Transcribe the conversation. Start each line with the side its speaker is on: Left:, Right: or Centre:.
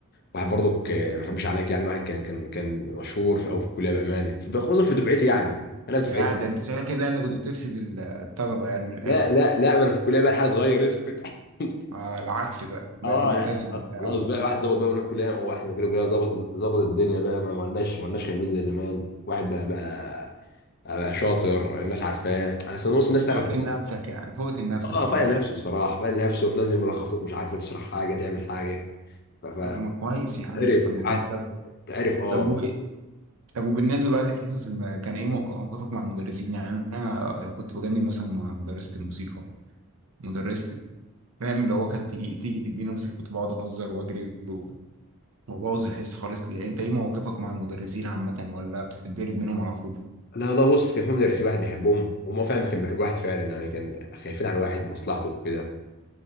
Left: واحد برضك آه، ما اخبيش عليك يعني واحد كان كان كان مشهور في او في الكليه بامانه في- خصوصا في دفعتي يعني انا في
Right: يا
Left: دفعتي
Right: ده انت شغال كده اللي كنت بتفسد ال- الطلبة يعني من الاخر
Left: لا لا لا ما انا في الكليه بقى الحاجه اتغير اسكت <laughs>
Right: آه العكس بقى بقيت
Left: اه
Right: ملتزم
Left: لا لا
Right: وبتاع
Left: خلاص بقى واحد ظبط بقى وانا في كليه واحد كده كليه ظبط ظبط الدنيا بقى ما ما لناش ما لناش خايبين زي زمان واحد بقى بقى بقى شاطر الناس عارفاه انا اصلا نص الناس
Right: فوقت
Left: تعرف
Right: لنفسك يعني فوقت لنفسك
Left: اه
Right: من
Left: فايق
Right: الاخر
Left: نفسه الصراحه فايق نفسه وتنزل ملخصات مش عارفه تشرح حاجه تعمل حاجه ف-
Right: طب ما كويس يا عم
Left: فعرف
Right: طب ما كويس
Left: قعد
Right: طب
Left: عرف اه
Right: طب و... طب وبالنسبه بقى للحصص الم- كان ايه موق- موقفك مع المدرسين يعني انا كنت بجنن مثلا مع مدرسه الموسيقى مدرسه فاهم اللي هو كانت تيجي تيجي تدينا موسيقى كنت بقعد اهزر واجري و- وابوظ الحصه خالص ليه يعني انت ايه موقفك مع المدرسين عامه ولا بتتدرب منهم على طول
Left: لا والله بص كان في مدرسين واحد بيحبهم وما فاهم كان بيحب واحد فعلا يعني كان خايفين على واحد مصلحته وكده